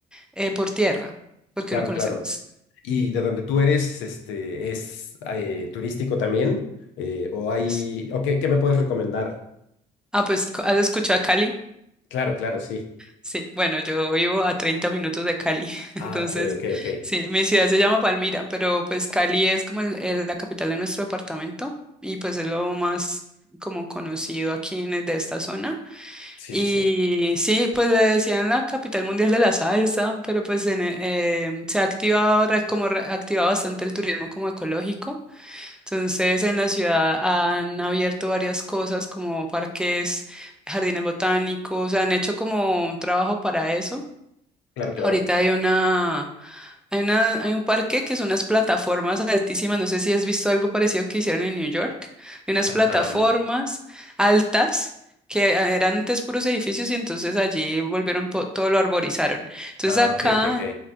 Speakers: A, in the centre; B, on the left.
A: eh, por tierra, porque
B: Claro,
A: uno conoce
B: claro.
A: más.
B: ¿Y de donde tú eres, este, es eh, turístico también? Eh, ¿o hay,
A: Sí.
B: o qué, qué me puedes recomendar?
A: Ah, pues, ¿has escuchado a Cali?
B: Claro, claro, sí.
A: Sí, bueno, yo vivo a 30 minutos de Cali, <laughs>
B: Ah,
A: entonces,
B: ok, ok, ok.
A: sí, mi ciudad se llama Palmira, pero pues Cali es como el- el- la capital de nuestro departamento y pues es lo más como conocido aquí en, e, de esta zona.
B: Sí,
A: Y
B: sí, sí.
A: sí, pues le decían la capital mundial de la salsa, pero pues en, eh, em, se ha activado, re- como re- ha activado bastante el turismo como ecológico. Entonces, en la ciudad han abierto varias cosas como parques, jardines botánicos, han hecho como un trabajo para eso.
B: Claro, claro.
A: Ahorita hay una, hay una, hay un parque que son unas plataformas altísimas, no sé si has visto algo parecido que hicieron en New York, de unas
B: Ajá.
A: plataformas altas que eran antes puros edificios y entonces allí volvieron, po- todo lo arborizaron. Entonces
B: Ah,
A: acá
B: ok, ok, ok.